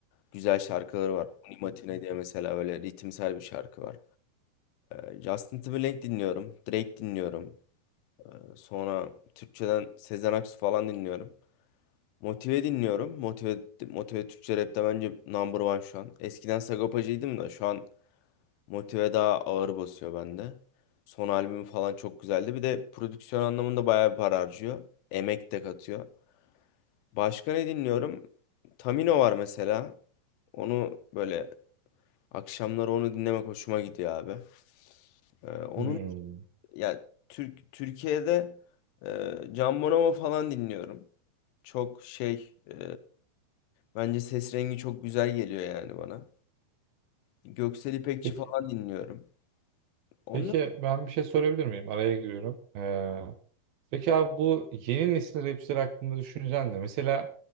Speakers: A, on the left; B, on the right.
A: Güzel şarkıları var. Unimatine diye mesela böyle ritimsel bir şarkı var. E, Justin Timberlake dinliyorum. Drake dinliyorum. E, sonra Türkçeden Sezen Aksu falan dinliyorum. Motive dinliyorum. Motive, Motive Türkçe rapte bence number one şu an. Eskiden Sagopacı'ydım da şu an Motive daha ağır basıyor bende. Son albüm falan çok güzeldi. Bir de prodüksiyon anlamında bayağı bir para harcıyor. Emek de katıyor. Başka ne dinliyorum? Tamino var mesela. Onu böyle akşamları onu dinlemek hoşuma gidiyor abi. Ee, onun
B: Hmm.
A: yani Türk Türkiye'de e, Can Bonomo falan dinliyorum. Çok şey e, bence ses rengi çok güzel geliyor yani bana. Göksel İpekçi
B: Peki,
A: falan dinliyorum. Onlar
B: peki ben bir şey sorabilir miyim? Araya giriyorum. Ee, peki abi bu yeni nesil rapçiler hakkında düşüncen ne? Mesela